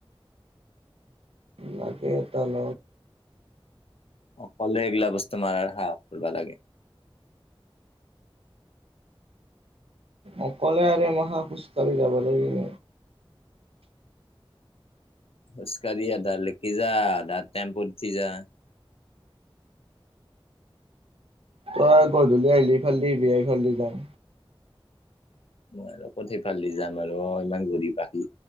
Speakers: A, on the right; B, on the left.
A: লাগে এটাল
B: অকলে এইগিলা বস্তু মাৰাৰ হাহক কৰিবা লাগে।
A: অকলে আৰু এমহা খোজ কঢ়ি যাব লাগিব।
B: খোচকাঢ়ি আধা লেখি যা আধা টেম্পুত উথি যা।
A: তই গধূলি আহিলিফালদি বিয়াাৰফালদি যাম।
B: ম আৰু কঠি পালি যাম আৰু ইমান ঘূৰি পাখি